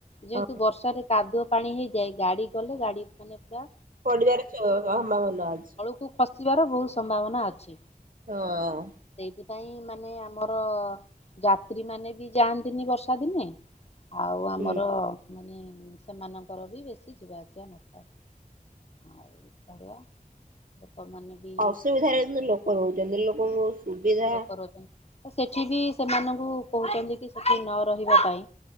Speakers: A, on the left; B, on the right.
A: ଯେହେତୁ
B: ହଁ
A: ବର୍ଷାରେ କାଦୁଅ ପାଣି ହେଇଯାଏ ଗାଡ଼ି ଗଲେ ଗାଡ଼ି ମାନେ ପୁରା
B: ପଡିବାରେ ଚ ସମ୍ଭାବନା ଅଛି।
A: କୁ ଖସିବାର ବହୁତ୍ ସମ୍ଭାବନା ଅଛି।
B: <unintelligible>
A: ସେଇଥିପାଇଁ ମାନେ ଆମର ଯାତ୍ରୀ ମାନେ ବି ଯାଆନ୍ତିନି ବର୍ଷା ଦିନେ। ଆଉ ଆମର
B: ହୁଁ
A: ମାନେ ସେମାନଙ୍କର ବି ବେଶୀ ଯିବା ଆସି <unintelligible> ଆଉ ବଳିଆ ଲୋକମାନେ ବି
B: ଆଉ ଅସୁବିଧାରେ ବି ଲୋକ ରହୁଛନ୍ତି ଲୋକଙ୍କୁ ସୁବିଧା
A: ଲୋକ ରହୁଛନ୍ତି ତ ସେଠିବି ସେମାନଙ୍କୁ କହୁଛନ୍ତିକି ସେଠି ନରହିବା ପାଇଁ।